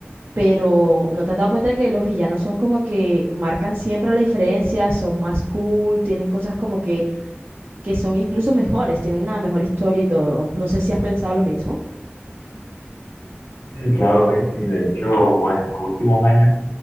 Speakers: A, on the right; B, on the left.
A: pero ¿no te has dado cuenta que los villanos son como que marcan siempre la diferencia, son más cool, tienen cosas como que, que son incluso mejores, tienen una mejor historia y todo? No sé si has pensado lo mismo.
B: sí, claro, Daisy. De hecho, pues en los últimos años